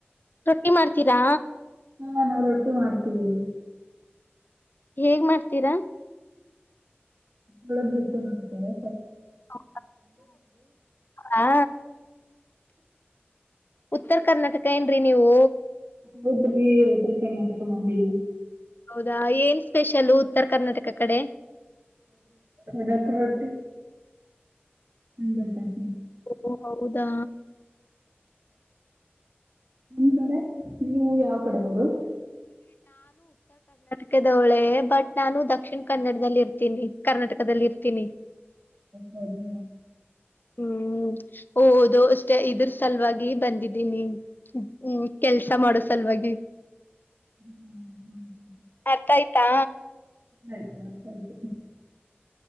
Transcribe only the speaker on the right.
ನಾ ನಾವು ರೊಟ್ಟಿ ಮಾಡ್ತೀವಿ
ಒಳದ್ ಬಿಟ್ಟು ಮಾಡ್ತಾರೆ
ಹೌದ್ರೀ ಇತ್ತರ ಕರ್ನಾಟಕ ಮಂದಿ
ಖಡಕ್ ರೊಟ್ಟಿ ಹ
ನಿಮ್ ಕಡೆ ನೀವು ಯಾವ ಕಡೆ ಅವರು
ಹೌದಾ
ಹ್ಮ್ ಹ್ಮ್ ಹ್ಮ
ಆಯ್ತು ಆಯ್ತು